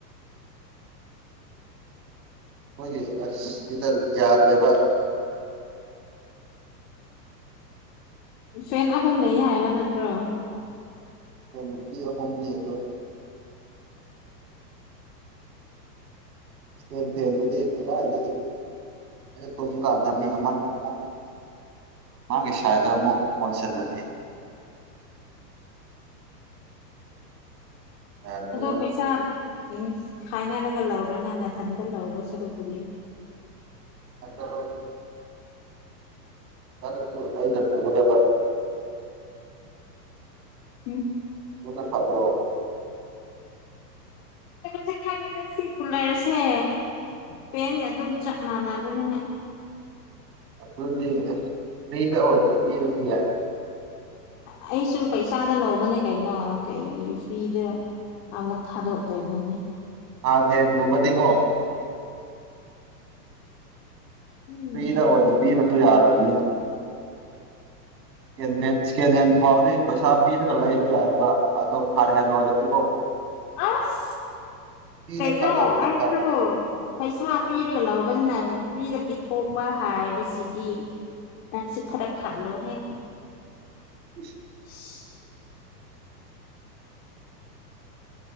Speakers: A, on the right (about 75°); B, on the left (about 40°).
A: ꯑꯩꯈꯣꯏꯒꯤ ꯑꯁ ꯁꯤꯗ ꯌꯥꯗ꯭ꯔꯦꯕ
B: ꯐꯦꯟ ꯑꯍꯨꯝ ꯂꯩꯌꯦ ꯍꯥꯏꯕ ꯅꯠꯇ꯭ꯔꯣ
A: ꯈꯣꯏ ꯅꯨꯄꯤ ꯑꯍꯨꯝꯗꯤ ꯌꯦꯡꯂꯣꯏ ꯏꯁꯇꯦꯟ ꯐꯦꯟꯗꯨꯗꯤ ꯀꯗꯥꯏꯗꯒꯤ ꯑꯩꯅ ꯇꯨꯝꯕ ꯀꯥꯟꯗ ꯃꯤ ꯑꯃꯅ ꯑꯃꯛ ꯃꯥꯒꯤ ꯁꯥꯏꯗ ꯑꯃꯨꯛ ꯑꯣꯟꯁꯤꯜꯂꯅꯤ ꯌꯥꯗ꯭ꯔꯦꯕ
B: ꯑꯗꯣ ꯄꯩꯁꯥ ꯎꯝ ꯈꯥꯏꯅꯔꯒ ꯂꯧꯔꯣꯅ ꯅꯊꯟꯗ ꯂꯧꯗꯧ ꯁꯔꯨꯛ ꯄꯨꯗꯤ
A: ꯑ ꯇ <unintelligible> ꯆꯠꯂꯁꯨ ꯑꯩꯅ ꯄꯨꯒꯗꯕ
B: ꯍ
A: ꯑꯗꯨꯅꯥ ꯐꯠꯇ꯭ꯔꯣ
B: ꯁꯛ ꯈꯪꯉꯦꯅ ꯁꯤ ꯀꯨꯂꯔꯁꯦ ꯄꯦꯟꯒ ꯑꯗꯨꯝ ꯆꯞ ꯃꯥꯟꯅꯕꯅꯤꯅ
A: ꯑꯗꯨꯗꯤ ꯐ꯭ꯔꯤꯗ ꯑꯣꯏꯅ ꯄꯤꯔꯁꯨ ꯌꯥꯏ
B: ꯑꯩꯁꯨ ꯄꯩꯁꯥꯗ ꯂꯧꯕꯅꯦ ꯀꯩꯅꯣ ꯀꯩꯒꯤ ꯐ꯭ꯔꯤꯗ ꯑꯃꯨꯛ ꯊꯥꯗꯣꯛꯇꯣꯏꯅꯣꯅꯦ
A: ꯑ ꯍꯦꯟꯒꯨꯝ ꯕꯗꯤꯒꯣ
B: ꯎꯝ
A: ꯐꯤꯔꯗ ꯑꯣꯢꯅ ꯄꯤꯔꯁꯨ ꯌꯥꯔꯕꯅꯤ ꯁꯀꯦꯟ ꯍꯦꯟ ꯁꯦꯀꯦꯟ ꯍꯦꯟ ꯐꯥꯎꯗꯤ ꯄꯩꯁꯥ ꯄꯤꯔꯒ ꯂꯩꯕ ꯌꯥꯏꯑꯦꯕ ꯑꯗꯣ ꯊꯥꯔꯠ ꯍꯦꯟ ꯑꯣꯏꯔꯗꯤꯀꯣ
B: ꯑꯁ
A: ꯐ꯭ꯔꯤꯗ
B: ꯀꯩꯅꯣ
A: ꯊꯥꯗꯣꯛꯄꯅ
B: ꯑꯩꯁꯨ
A: ꯐꯔꯦꯗ
B: ꯄꯩꯁꯥ ꯄꯤꯔꯒ ꯂꯧꯕꯅ ꯐ꯭ꯔꯤꯗ ꯄꯤꯊꯣꯛꯄ ꯍꯥꯏꯕꯁꯤꯗꯤ ꯅꯪꯁꯨ ꯈꯔ ꯈꯜꯂꯣꯍꯦ
A: <unintelligible>
B: <unintelligible>